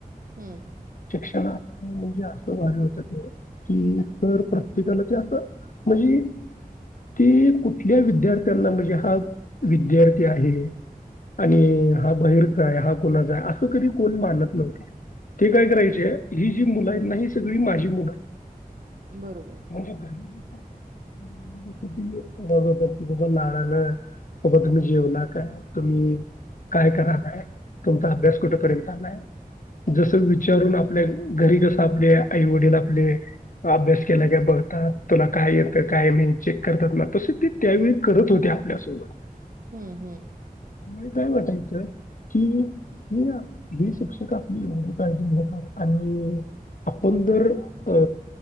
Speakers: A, on the right; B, on the left.
A: हम्म
B: क्षणा म्हणजे अस वाटल होत ते की प्रत्येकाला ते अस म्हणजे ते कुठल्या विद्यार्थ्यांना म्हणजे हा विद्यार्थी आहे. आणि हा बाहेरचा आहे, हा कोणाचा आहे असं कधी कोण मानत नव्हतं. ते काय करायचे
A: हम्म
B: ही जी मुला आहेत ना ही सगळी माझी मुल आहे
A: बरोबर
B: म्हंजे घरी <unintelligible> लाडला बाबा तुम्ही जेवला काय तुम्ही काय करायलाय तुमचा अभ्यास कुठपर्यंत आलाय जस विचारून आपल्या घरी कस आपले आई वडील आपले अभ्यास केला का बघतात तुला काय येत काय नाही चेक करतात ना तसे ते त्यावेळी करत होते आपल्यासोबत
A: हूं हूं
B: ते काय वाटायचं कि हे हे शिक्षक आपली एवढी काळजी घेतात आणि आपण जर अ